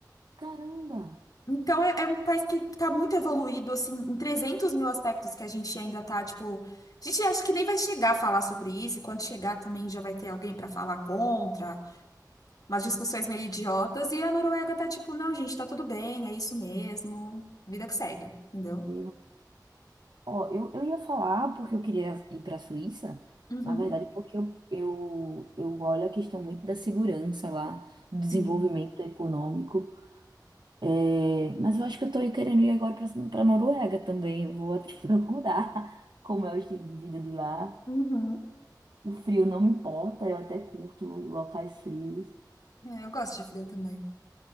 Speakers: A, on the right; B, on the left.
A: Caramba!
B: Então, é, é um país que está muito evoluído, assim, em 300 mil aspectos que a gente ainda está, tipo... A gente acha que nem vai chegar a falar sobre isso, e quando chegar também já vai ter alguém para falar contra, umas discussões meio idiotas, e a Noruega tá tipo, não, gente, tá tudo bem, é isso mesmo, vida que segue, entendeu?
A: Eu- Ó, eu, eu ia falar porque eu queria ir para a Suíça,
B: Uhum,
A: na verdade, porque eu, eu, eu olho a questão muito da segurança lá, do desenvolvimento
B: sim.
A: econômico. É, mas eu acho que eu tô querendo ir agora para a Noruega também. Eu vou até <laughs> procurar como é o estilo de vida de lá.
B: Uhum.
A: O frio não me importa, eu até curto locais frios.
B: É, eu gosto de frio também.